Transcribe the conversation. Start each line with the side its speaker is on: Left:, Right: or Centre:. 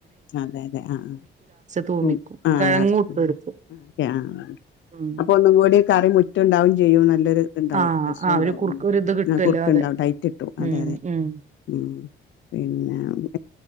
Left: അതെ അതെ ആ ആ
Right: തൂമിക്കും
Left: ഉം ആ
Right: കിഴങ്ങും
Left: ആ
Right: ഇട്ട് കൊടുക്കും
Left: <unintelligible> ആ
Right: ഉം
Left: അപ്പൊ ഒന്നും കൂടി കറി മുറ്റ് ഇണ്ടാവും ചെയ്യും നല്ലൊരു ഇത്ണ്ടാവും
Right: ആഹ്
Left: രസോം
Right: ആ
Left: ഇണ്ടാവും
Right: ഒരു കുറുക്ക് ഒരു ഇത് കിട്ടുവല്ലോ
Left: ആ കുറുക്ക്
Right: അതെ
Left: ഇണ്ടാവും ടൈറ്റിട്ടും
Right: ഉം
Left: അതെ അതെ
Right: ഉം
Left: ഉം പിന്നെ <unintelligible>